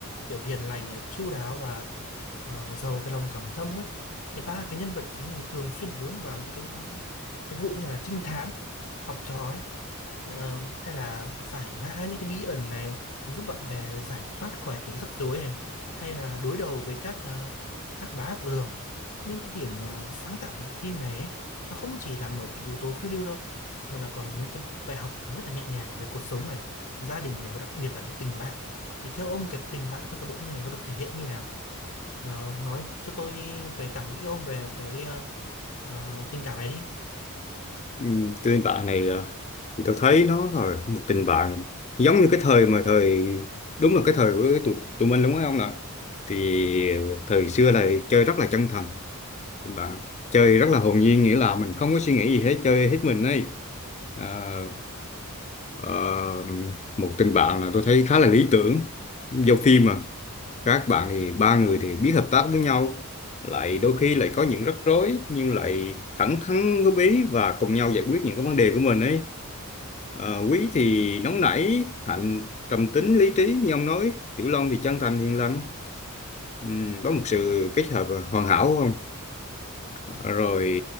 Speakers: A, on the left (about 60°); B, on the left (about 30°).
A: kiểu hiền lành này, chu đáo và ờ, giàu cái lòng cảm thông ấy thì ba cái nhân vật chính này thường xuyên vướng vào những cái cái vụ như là trinh thám học trò ấy Ờ, hay là giải mã những cái bí ẩn này giúp bạn bè giải thoát khỏi cái rắc rối này hay là đối đầu với các ờ, ác bá học đường nhưng cái điểm ờ, sáng tạo của bộ phim này ấy, nó không chỉ nằm ở cái yếu tố phiêu lưu đâu mà là còn những cái bài học mà rất là nhẹ nhàng về cuộc sống này gia đình này và đặc biệt là cái tình bạn thì theo ông cái tình bạn trong cái bộ phim này nó được thể hiện như nào Ờ, nói cho tôi về cảm nghĩ ông về cái ờ, ờ, tình cảm này đi
B: ừ, tình bạn này ờ, thì tôi thấy nó là một tình bạn giống như cái thời mà thời đúng là cái thời của tụi, tụi mình đúng không ạ thì thời xưa là chơi rất là chân thành tình bạn chơi rất là hồn nhiên nghĩa là mình không có suy nghĩ gì hết chơi hết mình ấy à, Ờ, một tình bạn là tôi thấy khá là lý tưởng giao phim mà các bạn thì ba người thì biết hợp tác với nhau lại đôi khi lại có những rắc rối nhưng lại thẳng thắn góp ý và cùng nhau giải quyết những cái vấn đề của mình ấy Ờ, Quý thì nóng nảy Hạnh trầm tính lý trí như ông nói Tiểu Long thì chân thành hiền lành Ừm, có một sự kết hợp hoàn hảo không rồi